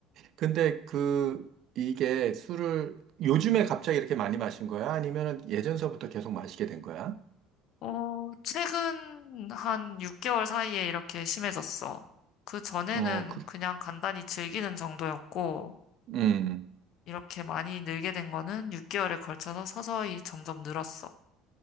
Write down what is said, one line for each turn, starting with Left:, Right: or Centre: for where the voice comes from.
Right: 근데 그, 이게 술을 요즘에 갑자기 이렇게 많이 마신 거야? 아니면은 예전서부터 계속 마시게 된 거야?
Left: 어, 최근 한 6개월 사이에 이렇게 심해졌어. 그 전에는
Right: 어, 그,
Left: 그냥 간단히 즐기는 정도였고,
Right: 음.
Left: 이렇게 많이 늘게 된 거는 6개월에 걸쳐서 서서히 점점 늘었어.